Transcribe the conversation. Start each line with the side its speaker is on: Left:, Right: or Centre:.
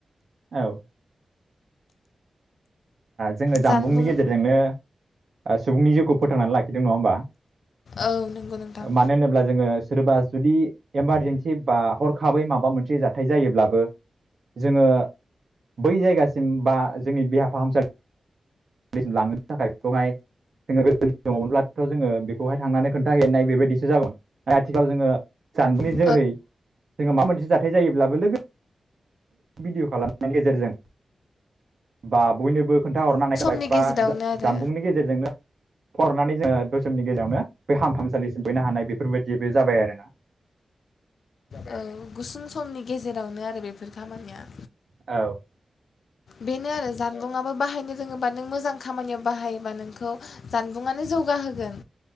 Right: औ जोङो जामबुंनि
Left: जानबुं
Right: गेजेरजोंनो सुबुंनि जिउखौ फोथांनानै लाखिदों नङा होमबा?
Left: औ नंगौ नोंथां
Right: मानो होनोब्ला जोङो सोरबा जुदि इमारजेन्सि बा हरखाबै माबा मोनसे जाथाय जायोब्लाबो जोङो बै जायगासिम बा जोंनि फाहामसा <unintelligible> लांनो थाखाय बेखौहाय जोङो गोदोनि समब्लाथ जोङो बेखौहाय थांनानै खोन्थाहैनाय बेबायदिसो जागौमोन आरो आथिखालाव जोङो जानबुंनि
Left: औ
Right: जोहै जोङो माबा मोनसे जाथाय जायोब्लाबो लोगो भिडिय खालामनायनि गेजेरजों बा बयनोबो खोन्थाहरनो हानाय जाबाय।
Left: नि गेजेरावनो
Right: बा
Left: आरो
Right: जानबुंनि गेजेरजोंनो हरनानै जोङो दसे समनि गेजेरावनो बे हामथामसालिसिम फैनो हानाय बेफोरबायदि बे जाबाय आरोना
Left: औ गुसुं समनि गेजेरावनो आरो बेफोर खामानिया
Right: औ
Left: बेनो आरो जामबुंआबो बाहायनो रोङोबा नों मोजां खामानियाव बाहायोबा नोंखौ जानबुंआनो जौगाहोगोन